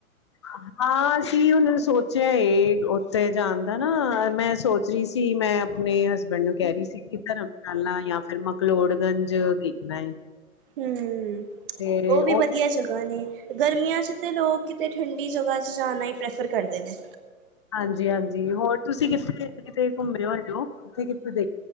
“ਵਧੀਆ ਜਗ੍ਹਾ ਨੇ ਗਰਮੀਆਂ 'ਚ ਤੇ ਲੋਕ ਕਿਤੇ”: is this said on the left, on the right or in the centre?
Right